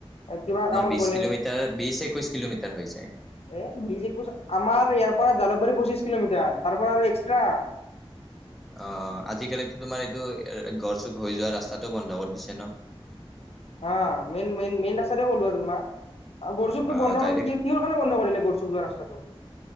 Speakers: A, on the left; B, in the centre.
A: কিবা
B: তোমাৰ
A: কামত
B: বিশ
A: গলে
B: কিলোমিটাৰ বিশ একৈশ কিলোমিটাৰ হৈ যায়।
A: বজ কছ আমাৰ ইয় পৰা জালুবাৰী পঁচিচ কিলোমিটাৰ তাৰ পৰা আৰু এক্সট্ৰা
B: অ আজিকালি তোমাৰ এইটো এ গড় চুক হৈ যোৱা ৰাস্তাটো বন্ধ কৰি দিছে ন।
A: অ মেইন মেইন মেইন চাৰ ক'লোৱাৰাৰ তম গৰচুখটো
B: অ',
A: বন্ধ
B: ডাইৰেক্ট
A: মানে কি কিহৰ কাৰণে বন্ধ কৰিলে গৰচুখ যোৱা ৰাস্তাতটো